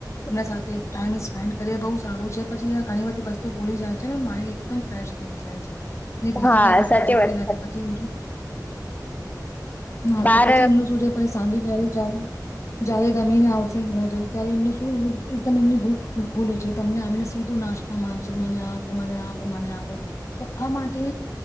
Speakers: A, on the left; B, on the left.
A: એમના સાથે ટાઈમ સ્પેન્ડ કર બઉ સારું છે પછી ઘણી બધી વસ્તુ ભોલી જાય છે ને માઇન્ડ એકદમ ફ્રેશ થઈ જાય છે બીજી
B: હા
A: કઈ વસ્તુ
B: સાચી
A: જોતી
B: વાત
A: નથી
B: છે
A: પછી હા
B: બાર
A: છે પછી એમનું શું સાંજે જ્યારે જ્યારે રમીને આવશે ઘરે ત્યારે એમને શું એકદમ એમની ભૂખ ખોલે છે તમને આવીને સીધું નાસ્તા માંગશે મને આપો મને આપો મને આપો તો આ માટે